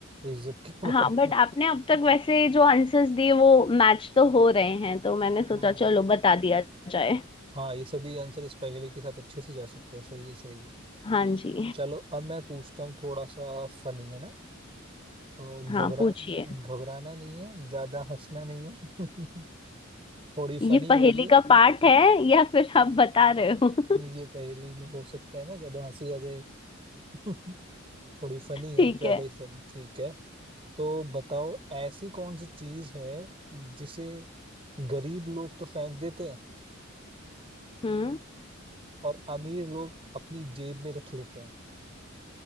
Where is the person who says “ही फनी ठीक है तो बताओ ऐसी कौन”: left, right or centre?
Right